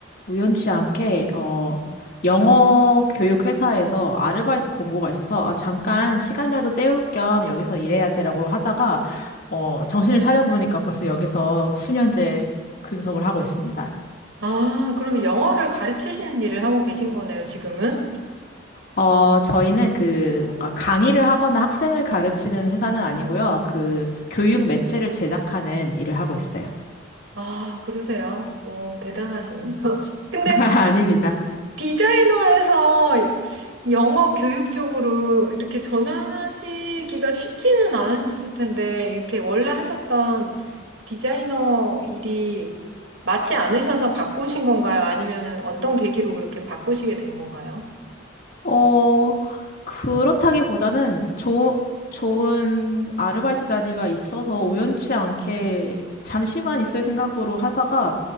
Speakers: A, on the left (about 50°); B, on the right (about 85°).
A: 우연치 않게, 어, 영어 교육 회사에서 아르바이트 공고가 있어서, 아, 잠깐 시간이라도 때울 겸 여기서 일해야지라고 하다가, 어, 정신을 차려보니까 벌써 여기서 수년째 근속을 하고 있습니다.
B: 아, 그럼 영어를 가르치시는 일을 하고 계신 거네요, 지금은?
A: 어, 저희는 그 뭔가 강의를 하거나 학생을 가르치는 회사는 아니고요. 그 교육 매체를 제작하는 일을 하고 있어요.
B: 아, 그러세요. 오, 대단하시네요. <laughs> 근데
A: <laughs> 아닙니다.
B: 디자이너에서 영어 교육 쪽으로 이렇게 전환하시기가 쉽지는 않으셨을 텐데, 이렇게 원래 하셨던 디자이너 일이 맞지 않으셔서 바꾸신 건가요? 아니면은 어떤 계기로 그렇게 바꾸시게 된 건가요?
A: 어, 그렇다기보다는 조, 좋은 아르바이트 자리가 있어서 우연치 않게 잠시만 있을 생각으로 하다가